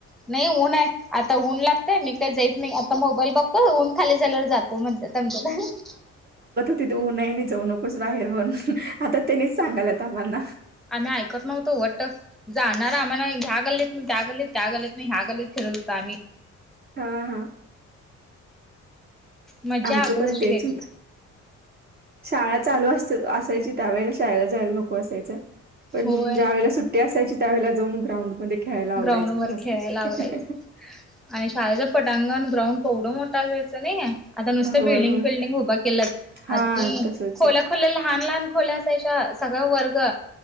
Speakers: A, in the centre; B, on the right (about 35°).
A: नाही ऊन आहे आता ऊन लाग जाय मी काय जाईत नाही, मी आता मोबाईल बघतो ऊन खाली झाल्यावर जातो म्हणत्यात आमचं तर.
B: तिथे ऊनये नाही जाऊ नकोस बाहेर वर आता त्यांनीच सांगालाय का आम्हाना
A: आम्ही आयिकत नव्हतो, वट जाणारा आम्हाला ह्या गल्लीत ना त्या गल्लीत, त्या गल्लीत न ह्या गल्लीत फिरत होतो आम्ही.
B: हा -हा,
A: मज्जा
B: आमचं
A: अगोदरची
B: पण तेच
A: वेगळी
B: होत. शाळा चालू असती, असायची त्या वेळेला शाळेला जायला नको असायचं. पण
A: होय
B: ज्या वेळेला सुट्टी असायची, त्यावेेळेला जाऊन ग्राउंड मध्ये खेळायला आवडायच
A: ग्राउंड वर
B: मस्तपैकी
A: खेळायला आवरायचं.
B: अं हं हं
A: आणि शाळेचं पटांगण ग्राउंड केवढ मोठं असायचं नाही आता नुसते
B: होय
A: बिल्डिंग
B: होय
A: -पिल्डिंग उभा केलात
B: हा
A: अीधी
B: तसच
A: खोल्या
B: आहे
A: खोल्या लहान, लहान खोल्या असायच्या सगळं वर्ग